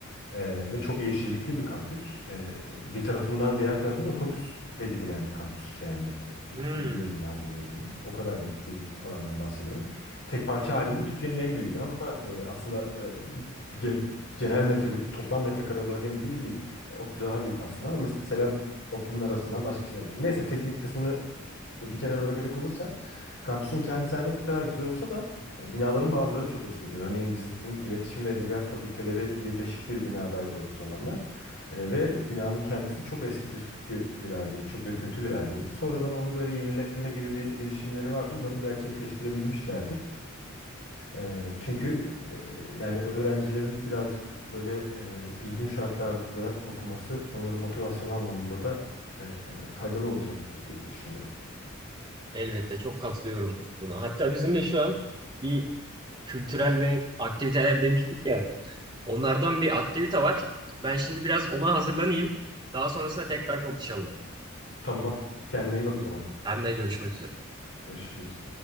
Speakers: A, on the left; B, on the right.
A: E, ve çok yeşillikli bir kampüs. E, bir tarafından diğer tarafına otobüsle gidilen bir kampüs. Yani e, bir,
B: Hmm,
A: bir, bir ucundan diğer ucuna. O kadar büyük bir alandan bahsediyorum. Tek parça halinde Türkiye'nin en büyüğüydü ama e, aslında e, gen- genel metrekare, toplam metrekare olarak en büyüğü değil. E, ODTÜ daha büyük aslında ama mesela ODTÜ'nün arasından başka bir şeyler geçiyor. Neyse teknik kısmını bir kenara bırakacak olursak kampüsün kendisi her ne kadar güzel olsa da e, binaların bazıları çok eskiydi. Örneğin bizim iletişim ve edebiyat fakülteleri birleşik bir binadaydı o zamanlar. E, ve binanın kendisi çok eski püskü bir haldeydi. Çok döküntü bir haldeydi. Sonradan onu böyle yenileme gibi bir girişimleri vardı. Umarım gerçekleştirebilmişlerdir. E, çünkü e, yani öğrencilerin birazcık böyle e, düzgün şartlarda okuması onların motivasyonu anlamında da e, faydalı olacaktır diye düşünüyorum.
B: elbette çok katılıyorum buna. Hatta bizim de şu an bir kültürel ve aktiviteler demiştik ya. Onlardan bir aktivite var. Ben şimdi biraz ona hazırlanayım. Daha sonrasında tekrar konuşalım.
A: Tamam. Kendine iyi bak o zaman.
B: Ben de görüşmek üzere.
A: Görüşürüz.